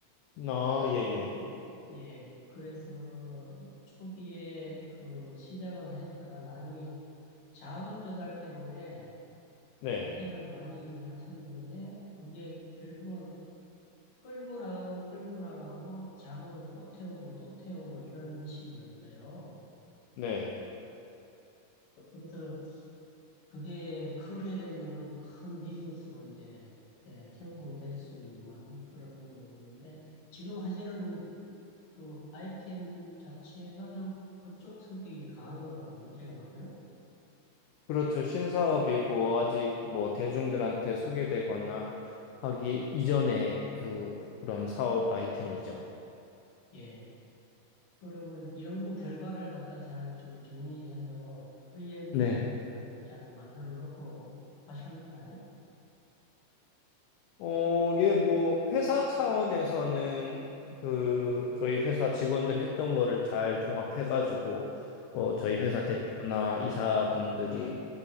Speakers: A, on the left; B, on the left.
A: 아, 예, 예.
B: 음, 예, 그래서 초기에 그 시작을 하셨다가 나중에 자금 조달 때문에
A: 네.
B: 고생을 많이 하셨는데 그게 결국은 끌고 나가고 끌고 나가고 자금을 또 태우고 또 태우고 이런 식이었어요.
A: 네.
B: 그래서 그게 크게 되면은 큰 비즈니스로 이제 예, 형성될 수 있는 그런 거 있는데 지금 하시는 그 아이템 자체가 좀 그쪽 성격이 강한 것 같거든요. 제가 볼 때는.
A: 그렇죠. 신사업이고 아직 뭐 대중들한테 소개되거나 하기 이전에 그 그런 사업 아이템이죠.
B: 예. 그러면 연구 결과를 갖다 잘 좀 정리해서 프리젠테이션도
A: 네.
B: 잘, 잘 만들어 놓고 하셨나요?
A: 어, 이게 뭐 회사 차원에서는 그 저희 회사 직원들이 했던 거를 잘 종합해가지고 뭐 저희
B: 예,
A: 회사 대표나 이사분들이